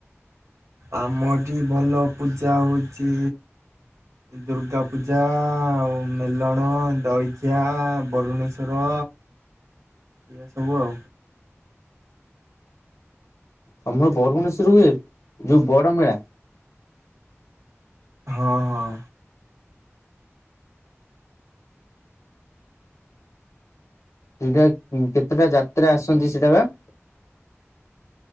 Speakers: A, on the right; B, on the left.
A: ଆମ ଏଠି ଭଲ ପୂଜା ହଉଚି ଦୁର୍ଗାପୂଜା ଆଉ ମେଲଣ, ଦଇଖିଆ, ବରୁଣେଶ୍ୱର। ଏଇଆ ସବୁ ଆଉ।
B: ତମର ବରୁଣେଶ୍ୱର ହୁଏ, ଯୋଉ ବଡ ମେଳା।
A: ହଁ ହଁ।
B: ସେଟା କେତେଟା ଯାତ୍ରା ଆସନ୍ତି ସେଟା ବା।